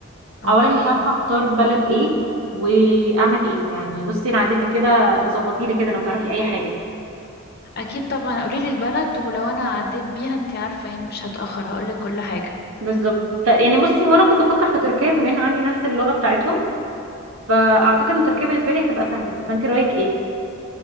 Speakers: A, on the left; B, on the right.
A: اوكي
B: اولا مش عارفة اختار بلد ايه واعمل ايه يعني بصي انا عايزاكي كده تظبطي لي كده لو تعرفي اي حاجة
A: اكيد طبعا قوليلي البلد ولو انا عديت بيها انتي عارفة يعني مش هتأخر هقولك كل حاجة
B: بالظبط ط- يعني بصي هو انا كنت بفكر في تركيا بما ان عندي نفس اللغة بتاعتهم فاعتقد ان تركيا بالنسبة لي هتبقى سهلة فانت رأيك ايه؟